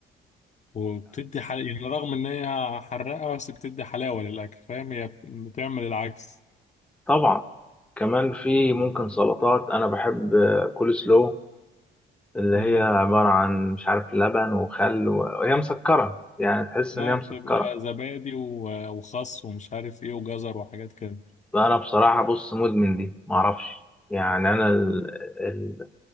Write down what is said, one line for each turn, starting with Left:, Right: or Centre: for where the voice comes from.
Left: وبتدي حل... يعني رغم ان هي حراقه بس بتدي حلاوه للاكل فاهم هي بتعمل العكس
Centre: طبعا كمان في ممكن سلطات انا بحب كول سلو اللي
Left: امم
Centre: هي عباره عن مش عارف لبن وخل و- وهي مسكره يعني تحس ان
Left: اه
Centre: هي مسكره
Left: بتبقى زبادي و- وخس ومش عارف ايه وجزر وحاجات كده
Centre: فانا بصراحه بص مدمن دي معرفش يعني انا ال... ال...